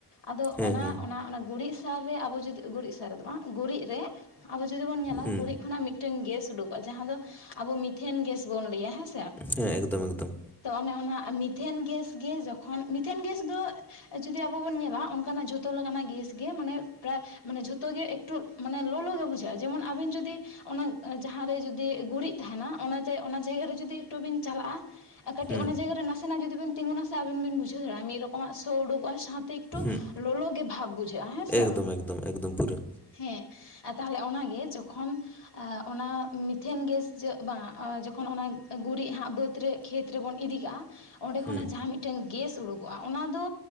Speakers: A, on the left; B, in the centre.
A: ᱟᱫᱚ
B: ᱦᱮᱸ
A: ᱚᱱᱟᱻ
B: ᱦᱮᱸ
A: ᱚᱱᱟᱻ ᱚᱱᱟ ᱜᱩᱨᱤᱡ ᱥᱟᱨ ᱨᱮ ᱟᱵᱚ ᱡᱩᱫᱤ ᱜᱩᱨᱤᱡ ᱥᱟᱨ ᱨᱮ ᱫᱚ ᱵᱟᱝ, ᱜᱩᱨᱤᱡ ᱨᱮ ᱟᱵᱚ ᱡᱩᱫᱤ ᱵᱚᱱ ᱧᱮᱞᱟ
B: ᱦᱩᱸ
A: ᱜᱩᱨᱤᱡ ᱠᱷᱚᱱᱟᱜ ᱢᱤ ᱢᱤᱫᱴᱮᱱ ᱜᱮᱥ ᱩᱰᱩᱠᱚᱜ-ᱟ᱾ ᱡᱟᱦᱟᱸ ᱫᱚ ᱟᱵᱚ ᱢᱤᱛᱷᱮᱱ ᱜᱮᱥ ᱵᱚᱱ ᱞᱟᱹᱭᱟ ᱦᱮᱸ ᱥᱮ᱾
B: ᱦᱮᱸᱻᱮᱠᱫᱚᱢᱻᱮᱠᱫᱚᱢᱻ᱾
A: ᱛᱚ ᱚᱱᱮ ᱚᱱᱟ ᱢᱤᱛᱷᱮᱱ ᱜᱮᱥ ᱜᱮ ᱡᱚᱠᱷᱚᱱ ᱢᱤᱛᱷᱮᱱ ᱜᱮᱥ ᱫᱚ ᱡᱩᱫᱤ ᱟᱵᱚ ᱵᱚᱱ ᱧᱮᱞᱟ ᱚᱱᱠᱟᱱᱟᱜ ᱡᱷᱚᱛᱚ ᱞᱮᱠᱟᱱᱟᱜ ᱜᱮᱥ ᱜᱮ, ᱢᱟᱱᱮ ᱯᱨᱟᱭ ᱢᱟᱱᱮ ᱡᱷᱚᱛᱚ ᱜᱮ ᱴᱩ ᱢᱟᱱᱮ ᱞᱚᱞᱚᱜ ᱜᱮ ᱵᱩᱡᱷᱟᱹᱜ-ᱟ ᱡᱮᱢᱚᱱ ᱟᱵᱤᱱ ᱡᱩᱫᱤ ᱚᱱᱟ ᱡᱟᱦᱟᱸ ᱨᱮ ᱡᱩᱫᱤ ᱜᱩᱨᱤᱡ ᱛᱟᱦᱮᱸᱱᱟ, ᱚᱱᱟ ᱚᱱᱟ ᱡᱟᱭᱜᱟ ᱨᱮ ᱡᱩᱫᱤ ᱴᱩ ᱵᱤᱱ ᱪᱟᱞᱟᱜ-ᱟ, ᱠᱟᱹᱴᱤᱡ
B: ᱦᱩᱸ
A: ᱚᱱᱟ ᱡᱟᱭᱜᱟ ᱨᱮ ᱱᱟᱥᱮᱱᱟᱜ ᱡᱩᱫᱤ ᱵᱤᱱ ᱛᱤᱸᱜᱩᱱᱟ ᱥᱮ ᱟᱵᱤᱱ ᱵᱤᱱ ᱵᱩᱡᱷᱟᱣ ᱫᱟᱲᱮᱭᱟᱜ-ᱟ᱾ ᱢᱤᱫ ᱨᱚᱢ ᱟᱜ ᱥᱚ ᱩᱰᱩᱠᱚᱜ-ᱟ ᱥᱟᱶᱛᱮ ᱮᱠᱴᱩ ᱮᱠᱴᱩ
B: ᱦᱩᱸ
A: ᱞᱚᱞᱚ ᱜᱮ ᱵᱷᱟᱵ ᱵᱩᱡᱷᱟᱹᱜ-ᱟ ᱦᱮᱸ ᱥᱮ
B: ᱮᱠᱫᱚᱢ ᱮᱠᱫᱚᱢ ᱮᱠᱫᱚᱢ ᱯᱩᱨᱟᱹ
A: ᱦᱮᱸ ᱛᱟᱦᱚᱞᱮ ᱚᱱᱟ ᱜᱮ ᱡᱚᱠᱷᱚᱱ ᱚᱱᱟ ᱢᱛᱷᱮᱱ ᱜᱮᱥ ᱡᱮ ᱵᱟᱝ ᱡᱚᱠᱷᱚᱱ ᱚᱱᱟ ᱜᱩᱨᱤᱡ ᱦᱟᱸᱜ ᱵᱟᱹᱫᱽ ᱨᱮ, ᱠᱷᱮᱛ ᱨᱮᱵᱚᱱ ᱤᱫᱤ ᱠᱟᱜ-ᱟ ᱚᱸᱰᱮ ᱠᱷᱚᱱᱟᱜ
B: ᱦᱩᱸ
A: ᱡᱟᱦᱟᱸ ᱢᱤᱜᱴᱮᱱ ᱢᱤᱫᱴᱟᱝ ᱜᱮᱥ ᱩᱰᱩᱠᱚᱜ-ᱟ, ᱚᱱᱟ ᱫᱚ